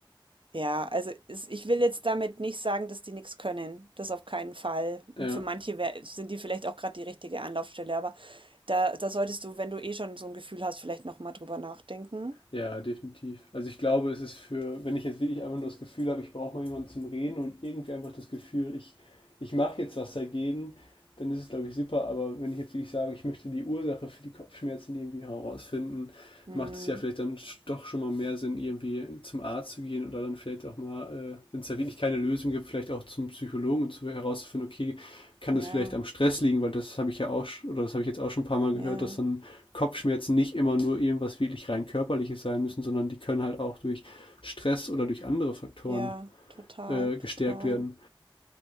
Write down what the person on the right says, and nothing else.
Ja, also es, ich will jetzt damit nicht sagen, dass die nichts können. Das auf keinen Fall. Und
für manche wär, sind die vielleicht auch gerade die richtige Anlaufstelle. Aber da, da solltest du, wenn du eh schon so ein Gefühl hast, vielleicht nochmal drüber nachdenken.
Hm,
ja,
ja,
ja, total,
total.